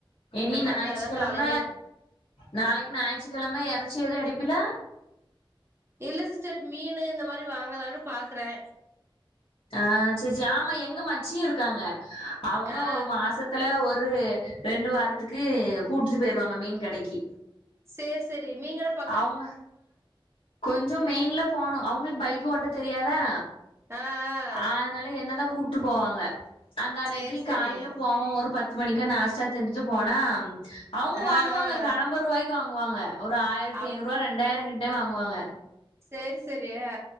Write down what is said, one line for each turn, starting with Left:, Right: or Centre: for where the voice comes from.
Left: இனி
Right: இன்னு
Left: ஞாயிற்று
Right: படுத்தாதா
Left: கெலம
Right: காலையில
Left: நாளைக்கு ஞாயிற்றி கெலம எறச்சி ஏது எடுப்பில
Right: இல்ல சிஸ்டர் மீனு இந்த மாரி வாங்கலான்னு பாக்கறே
Left: ஆ செர் செரி ஆமா எங்க மச்சி இருக்காங்க அவங்க
Right: ஆ
Left: ஒர் மாசத் துல ஒரு ரெண்டு வாரத்துக்கு கூட்றுபோயிருவாங்க மீன் கடைக்கி
Right: சேர் செரி நீங்கப்
Left: அவ்ங்க கொஞ்சமெயின்ல போணு அவங்ளுக்கு பைக் ஓட்ட தெரியாதா
Right: ஆ ஆ
Left: ஆதனால என்னதா கூட்டு போவாங்க அந்தன்னைக்கி
Right: சேரி சேரி
Left: காலையில போவோ ஒரு பத் மணிக்கா நாஸ்டா செஞ்சுட்டுபோனா அவங்க
Right: ஆ
Left: வாங்குவாங்க
Right: ஆ
Left: கனம்ப ரூவாய்க்கு வாங்குவாங்க ஒரு ஆயிர் த்திஐனூறுவாரெண்டாயிரோ
Right: அப்
Left: கிட்டே வாங்குவாங்க
Right: சேர் செரியா